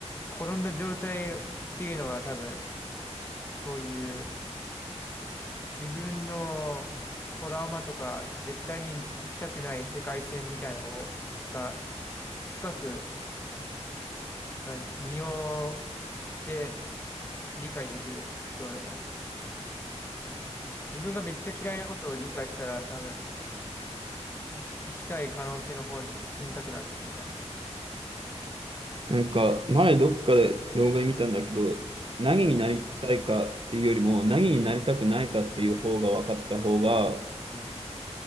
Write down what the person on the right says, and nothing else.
なんか、前どっかで動画で見たんだけど、何になりたいかっていうよりも、何になりたくないかっていう方が分かった方が、